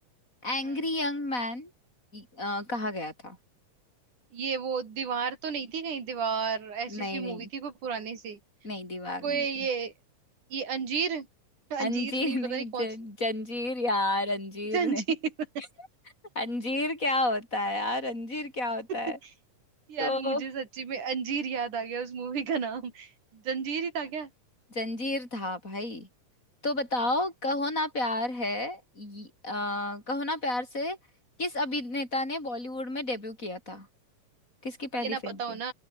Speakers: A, on the left; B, on the right.
A: एंग्री
B: हम्म
A: यंग मैन कहा गया था
B: ये वो दीवार तो नहीं थी कहीं दीवार ऐसी
A: नहीं
B: सी मूवी
A: नहीं
B: थी कोई पुरानी सी
A: नहीं दीवार
B: कोई
A: नहीं
B: ये
A: थी
B: ये अंजीर अंजीर
A: अंजीर
B: नहीं पता
A: नहीं
B: नहीं
A: जं,
B: कौन सा
A: जंजीर यार अंजीर
B: जंजीर
A: नहीं <laughs> अंजीर क्या होता है यार अंजीर क्या होता
B: <laughs>
A: है
B: यार
A: तो
B: मुझे सच्ची में अंजीर याद आ गया उस मूवी का नाम जंजीर ही था क्या
A: जंजीर था भाई तो बताओ कहो
B: हाँ तो
A: ना प्यार है ये- अ, कहो ना प्यार से किस अभिनेता ने बॉलीवुड में डेब्यू किया था किसकी
B: ये
A: पहली
B: ना
A: फिल्म
B: पता
A: थी
B: हो ना